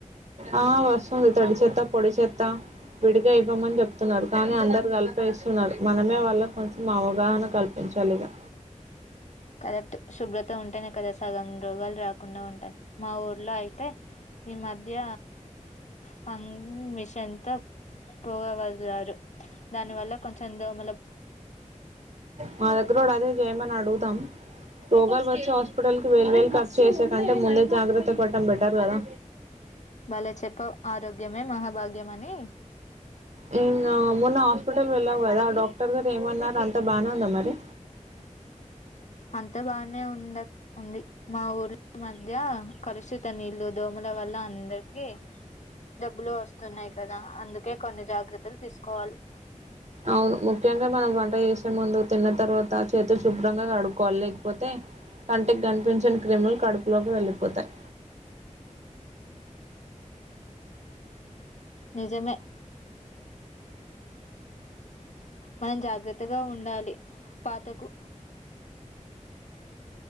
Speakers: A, on the right; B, on the left.
A: ఆ వస్తుంది. తడి చెత్త పొడి చెత్ త్త విడిగా ఇవ్వమని చెప్తున్నారు కానీ అందరు కలిపేస్తున్నారు మనమే వాళ్ళక్ కొంచెం అవగాహన కల్పించాలిగా
B: కరెక్ట్ శుభ్రత ఉంటేనే కదా సగం రోగాలు రాకుండా ఉంటాయి మా ఊర్లో అయితే ఈ మధ్య ఫంగ్ మిషన్ తో పొగ వదిలారు దాని వల్ల కొంచెం దోమ
A: మా దగ్గర కూడా అదే చేయమని అడుగు తం. రోగాలు వచ్చే హా హాస్పిటల్ కి వెేలు వేలు ఖర్చు చేసే కంటే ముందే జాగ్రత్త పడటం బెటర్ కదా
B: భలే చెప్పావ్ ఆరోగ్యమే మహాభాగ్యం అని
A: ఇంగ మొన్న హాస్పిటల్ వెళ్ళావు కదా డాక్టర్ గారు ఏమన్నారు అంత బానే ఉందా మరి
B: అంత బానే ఉందక్ ఉంది. మా ఊరి మధ్య కలుషిత నీళ్లు దోమల వల్ల అందరికి జబ్బులు వస్తున్నాయి కదా అందుకే కొన్ని జాగ్రత్తలు తీసుకోవాలి.
A: అవును ముఖ్యంగా మనం వంట చేసే ముందు తిన్న తర్వాత చేతులు శుభ్రంగా కడుక్కోవాలి లేకపోతే కంటికి కనిపించని క్రిములు కడుపులోకి వెళ్ళిపోతాయి.
B: నిజమే మనం జాగ్రత్తగా ఉండాలి పాతకు